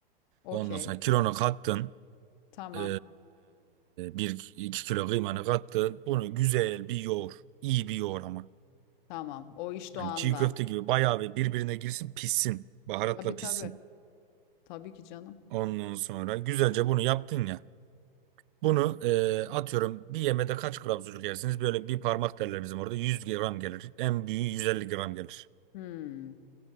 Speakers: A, on the left (about 55°); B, on the right (about 60°).
A: Okey,
B: Ondan sonra kilonu kattın.
A: tamam,
B: Ee, bir iki kilo kıymanı kattın. Bunu güzel bir yoğur. İyi bir yoğur ama.
A: tamam. O iş
B: Yani
A: doğanda.
B: çiğ köfte gibi bayağı bir birbirine girsin pişsin. Baharatla
A: Tabii tabii.
B: pişsin.
A: Tabii ki canım.
B: Ondan sonra güzelce bunu yaptın ya. Bunu ee, atıyorum bir yemede kaç gram sucuk yersiniz? Böyle bir parmak derler bizim orada. 100 gram gelir. En büyüğü 150 gram gelir.
A: Hmm.